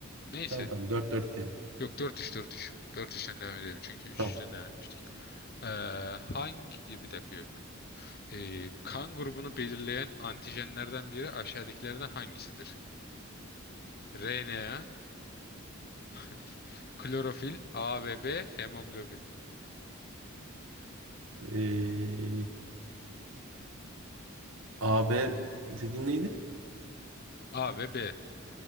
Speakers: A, on the left; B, on the right.
A: neyse.
B: Tamam tamam dört dört diyelim.
A: Yok dört 3 dört 3 dört 3ten devam edelim. Çünkü 3-3'ten
B: Tamam.
A: devam etmiştik. Ee, hangi... Bir dakika yok. Ee, kan grubunu belirleyen antijenlerden biri aşağıdakilerden hangisidir? RNA, <laughs> klorofil, A ve B, hemoglobin.
B: Ee, A B dediğin neydi?
A: A ve B.